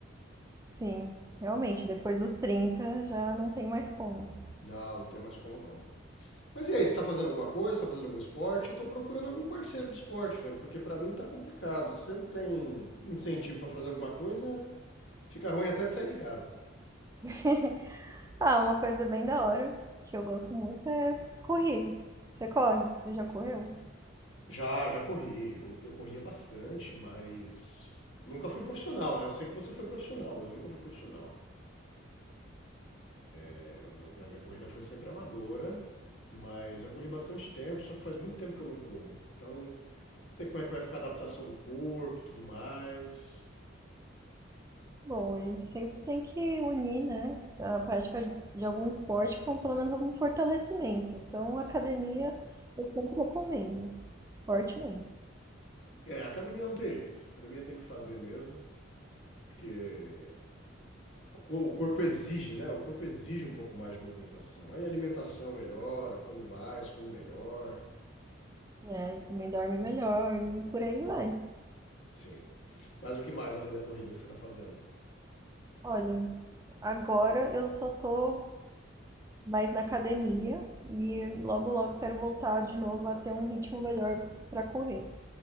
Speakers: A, on the right; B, on the left.
A: Sim, realmente, depois dos 30 já não tem mais como.
B: Não, não tem mais como não. Mas e aí, você tá fazendo alguma coisa? Você tá fazendo algum esporte? Eu tô procurando algum parceiro de esporte, velho, porque pra mim tá complicado. Você não tem incentivo pra fazer alguma coisa, fica ruim até de sair de casa.
A: <laughs> Ah, uma coisa bem da hora que eu gosto muito é correr. Você corre? Você já correu?
B: Já, já corri. Eu, eu corria bastante, mas nunca fui profissional, né? Eu sei que você foi profissional, mas eu nunca fui profissional. É, o meu- a minha corrida foi sempre amadora, mas eu corri bastante tempo, só que faz muito tempo que eu não corro. Então, não sei como é que vai ficar a adaptação do corpo, tudo mais.
A: Bom, a gente sempre tem que unir, né, a prática de de algum esporte com pelo menos algum fortalecimento. Então, academia eu sempre recomendo, fortemente.
B: É, a academia não tem jeito. A Academia tem que fazer mesmo, porque o co- o corpo exige, né? O corpo exige um pouco mais de movimentação. Aí a alimentação melhora, come mais, come melhor.
A: né? também dorme melhor e por aí vai.
B: Sim. Mas o que mais além da corrida que você está fazendo?
A: Olha, agora eu só tô mais na academia e logo logo quero voltar de novo a ter um ritmo melhor pra correr.